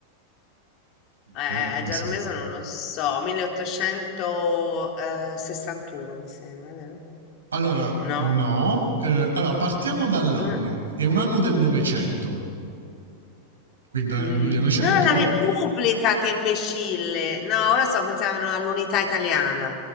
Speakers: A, on the right; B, on the left.
A: Quindi
B: Eh,
A: giorno, mese
B: Giaromesa
A: e anno.
B: non lo so, 1861 mi sembra, vero?
A: Allora,
B: No.
A: no. Eh, allora, partiamo dall'anno.
B: no.
A: È un anno del Novecento. Quindi dal
B: Mm.
A: 1900...
B: Ah, la Repubblica, che imbecille! No, ora stavo pensando all'unità italiana,